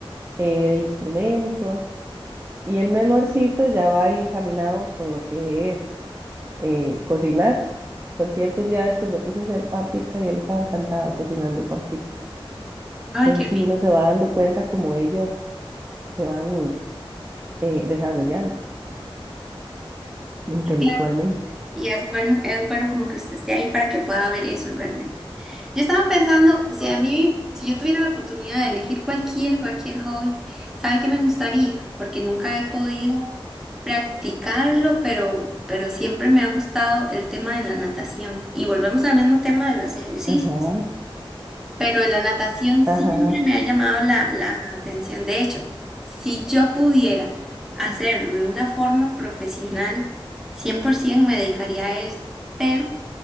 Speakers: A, on the right (about 25°); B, in the centre.
A: eh, de instrumentos. Y el menorcito ya va ahí encaminado con lo que es eh, cocinar. Por cierto, un día de estos lo puse a hacer pan pizza y él estaba encantado cocinando pan pizza.
B: Ay,
A: Entonces,
B: qué rico.
A: si uno se va dando cuenta como ellos se van eh, desarrollando intelectualmente.
B: Sí, claro. Y es bueno, es bueno como que usted esté ahí para que pueda ver eso realmente. Yo estaba pensando, si a mí, si yo tuviera la oportunidad de elegir cualquier, cualquier hobby, ¿sabe qué me gustaría? Porque nunca he podido practicarlo, pero, pero siempre me ha gustado el tema de la natación. Y volvemos al mismo tema de los ejercicios
A: Ajá,
B: pero la natación siempre
A: ajá,
B: me ha llamado la, la atención. De hecho, si yo pudiera hacerlo de una forma profesional, 100% me dedicaría a eso, pero